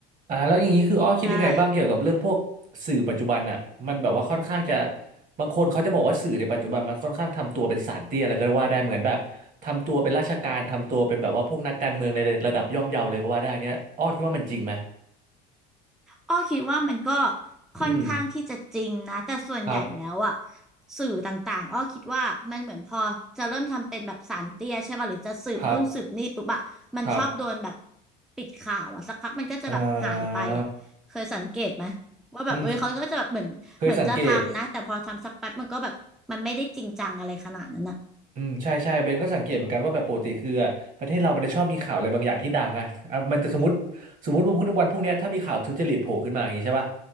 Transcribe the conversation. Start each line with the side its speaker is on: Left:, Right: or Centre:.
Right: อ่าแล้วอย่างนี้คืออ้อคิดยังไงบ้างเกี่ยวกับเรื่องพวกสื่อปัจจุบันอะมันแบบว่าค่อนข้างจะ
Centre: ใช่
Right: บางคนเขาจะบอกว่าสื่อในปัจจุบันมันค่อนข้างทำตัวเป็นศาลเตี้ยอะไรก็ว่าได้เหมือนแบบทำตัวเป็นราชการทำตัวเป็นแบบว่าพวกนักการเมืองในระดับย่อมเยาเลยก็ว่าได้เนี้ยอ้อคิดว่ามันจริงไหม
Centre: อ้อคิดว่ามันก็ค่อนข้างที่จะจริงนะแต่ส่วนใหญ่แล้วอะ
Right: อืมครับ
Centre: สื่อต่างๆอ้อคิดว่ามันเหมือนพอจะเริ่มทำเป็นแบบสารเตี้ยใช่ป่ะหรือจะสืบนู่นสืบนี่ปุ๊บอะมันชอบโดนแบบ
Right: ครับครับ
Centre: ปิดข่าวอะสักพักมันก็จะแบบหายไปอะเคยสังเกตไหม
Right: เอ่อ
Centre: ว่าแบบเอ้ยเขาก็จะแบบเหมือนเหมือนจะทำนะแต่พอทำสักแป๊บมันก็แบบมันไม่ได้จริงจังอะไรขนาดนั้นอะ
Right: อืมเคยสังเกตอืมใช่ใช่เบนก็สังเกตเหมือนกันว่าแบบปกติคืออะประเทศเรามันจะชอบมีข่าวอะไรบางอย่างที่ดังอะอ่ะมันจะสมมติสมมติว่าพรุ่งนี้วันพรุ่งเนี้ยถ้ามีข่าวทุจริตโผล่ขึ้นมาอย่างนี้ใช่ป่ะ